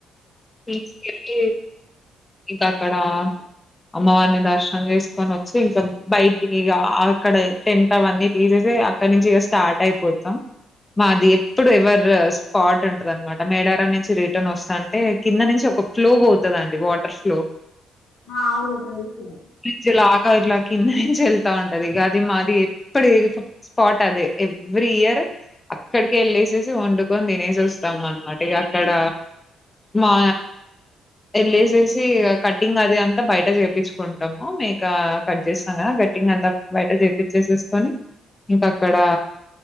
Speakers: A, on the left; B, on the left.
A: తీస్కెల్లి ఇంకా అక్కడ అమ్మవారిని దర్శనం చేసుకొని వచ్చి ఇంకా బయటికిగ అక్కడ టెంట్ అవన్నీ తీసేసి అక్కడ నుంచి ఇక స్టార్ట్ అయి పోతాం మాది ఎప్పుడు ఎవర్ స్పాట్ ఉంటది అనమాట మేడారం నుంచి రిటర్న్ వస్తాన్టే కింద నుంచి ఒక ఫ్లో పోతదండి వాటర్ ఫ్లో
B: ఆ అవును తెల్సు
A: బ్రిడ్జ్ లాగా ఇట్లా కింద నుంచి వెళ్తా ఉంటది ఇక అది మాది ఎప్పుడు ఎవర్ స్పాట్ అది ఎవ్రీ ఇయర్ అక్కడికెవెళ్ళేసేసి వండుకొని తినేసి వస్తాము అనమాట ఇక అక్కడ మా ఎళ్ళేసేసి ఇగా కటింగ్ అది అంతా బయట చేపించుకుంటాము మేక కట్ చేస్తాంగా కట్టింగ్ అంతా బయట చేపిచ్చేసేసుకొని ఇంక అక్కడ